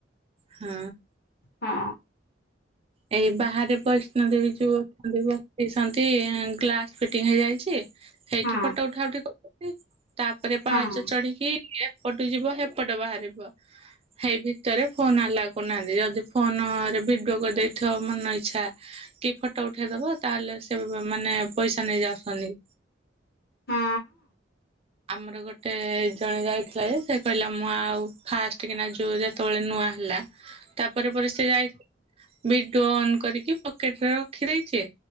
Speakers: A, on the right; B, on the left.
A: ହଁ।
B: ହଁ।
A: ଏଇ ବାହାରେ ବୈଷ୍ଣବୀ ଦେବୀ ଯୋଉ ଅଛନ୍ତି ବତିସ <unintelligible> ଛନ୍ତି ଗ୍ଲାସ ଫିଟିଙ୍ଗ ହେଇଯାଇଛି ସେଇଠି
B: ହୁଁ
A: ଫଟୋ ଉଠା ଉଠି <unintelligible> ତାପରେ ପାହାଚ
B: ହୁଁ।
A: ଚଢିକି ଏପଟୁ ଯିବ ସେପଟେ ବାହାରିବ। ହେଇ ଭିତରେ ଫୋନ ଆଲାଉ କରୁନାହାନ୍ତି, ଯଦି ଫୋନରେ ଭିଡିଓ କରିଦେଇ ଯୋଉ ମନ ଇଛା କି ଫଟୋ ଉଠେଇଦବ ତାହେଲେ ସେ ବ ମାନେ ପଇସା ନେଇ ଯାଉଛନ୍ତି।
B: ହୁଁ
A: ଆମର ଗୋଟେ ଜଣେ ଯାଇଥିଲା ଯେ, ସେ କହିଲା ମୁଁ ଆଉ ଫାଷ୍ଟ କିନା ଯୋଉ ଯେତେବେଳେ ନୂଆ ହେଲା ତାପରେ ପରେ ପରେ ସେ ଯାଇ
B: ଁ <inaudible>
A: ଭିଡିଓ ଅନ୍ କରିକି ପକେଟରେ ରଖିଦେଇଚି